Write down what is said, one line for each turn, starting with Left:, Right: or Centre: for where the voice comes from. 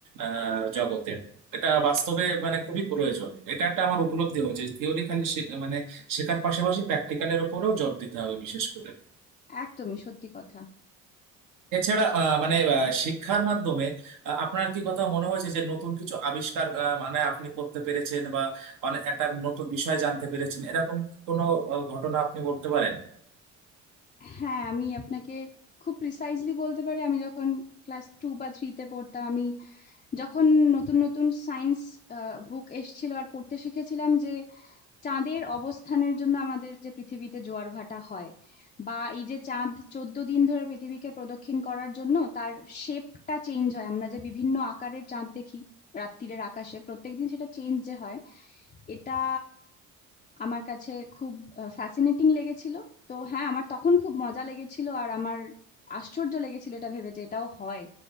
Right: আহ, জগতে এটা বাস্তবে মানে খুবই প্রয়োজন এটা একটা আমার উপলব্ধি হয়েছে থিওরি খালি শে- মানে শেখার পাশাপাশি প্র্যাকটিক্যালের উপরেও জোর দিতে হবে বিশেষ করে
Left: একদমই সত্যি কথা
Right: এছাড়া আহ, মানে আহ, শিক্ষার মাধ্যমে আহ, আপনার কি কথা মনে হয়েছে যে নতুন কিছু আবিষ্কার আহ, মানে আপনি করতে পেরেছেন বা অনেক একটা নতুন বিষয় জানতে পেরেছেন এরকম কোনো আহ, ঘটনা আপনি বলতে পারেন
Left: হ্যাঁ আমি আপনাকে খুব প্রিসাইজলি বলতে পারি আমি যখন ক্লাস টু বা থ্রিতে পড়তাম আমি যখন নতুন নতুন সায়েন্স বুক এসেছিল আর পড়তে শিখেছিলাম যে চাঁদের অবস্থানের জন্য আমাদের যে পৃথিবীতে জোয়ার ভাটা হয় বা এই যে চাঁদ চোদ্দ দিন ধরে পৃথিবীকে প্রদক্ষিণ করার জন্য তার শেপটা চেঞ্জ হয় আমরা যে বিভিন্ন আকারের চাঁদ দেখি রাত্তিরের আকাশে প্রত্যেকদিন সেটা চেঞ্জ যে হয় এটা আমার কাছে খুব ফ্যাসিনেটিং লেগেছিল তো হ্যাঁ আমার তখন খুব মজা লেগেছিল আর আমার আশ্চর্য লেগেছিল এটা ভেবে যে এটাও হয়